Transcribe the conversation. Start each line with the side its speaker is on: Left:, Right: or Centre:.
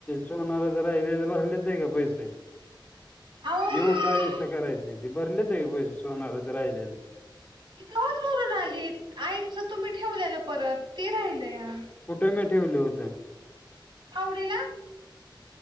Left: सोनारा राहिले ले भरले का पैसे
Right: अहो मी
Left: येऊन काय निस करायच ते भरलेच आहे की पैसे सोनारच राहिलेलं
Right: मी तवाच भरून आली आंईच तुम्ही ठेवलेलं परत ते राहिलया
Left: कुठे म ठेवलं होतं
Right: आवडीला